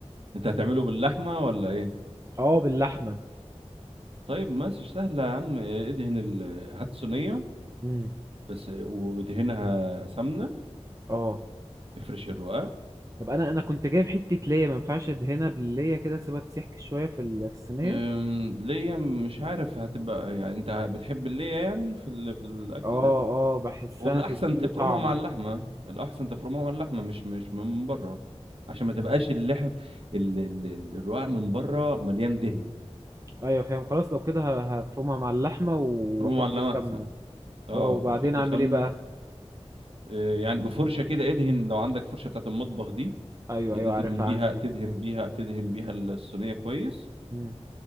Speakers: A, on the right; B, on the right.
A: انت هتعمله باللحمه ولا ايه
B: اه باللحمة
A: طيب ماشي سهله يا عم إيه، ادهن ال... هات صينيه
B: امم
A: بس وادهنها سمنه
B: اه
A: افرش الرقاق
B: طب انا انا كنت جايب حتة ليا ما ينفعش ادهنها بالليا كده اسيبها تسيح شوية في ال- في الصينية
A: أم، ليا مش عارف هتبقى يعني انت بتحب الليا يعني في ال... في الاكل
B: اه
A: ده
B: اه بحسها
A: ولا
B: تديله
A: احسن تفرمها
B: طعم
A: مع اللحمه الاحسن تفرمها مع اللحمه مش مش من بره عشان ما تبقاش اللحم ال... ال... ال- الرقاق من بره مليان دهن
B: ايوه فاهم خلاص لو كده ه- هفرمها مع اللحمة واحط
A: تفرمه مع اللحمه
B: سمنة
A: احسن اه
B: اه وبعدين
A: وحط
B: اعمل
A: سمنه
B: ايه بقى
A: آه، يعني بفرشه كده ادهن لو عندك فرشه بتاعت المطبخ دي
B: ايوه
A: تدهن
B: ايوه عارفها
A: بيها
B: عندي
A: تدهن بيها تدهن بيها الصينيه كويس
B: مم.